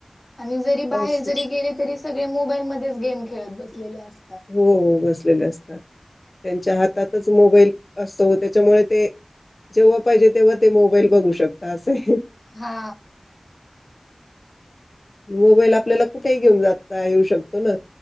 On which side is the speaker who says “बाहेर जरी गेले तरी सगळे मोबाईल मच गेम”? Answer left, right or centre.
Left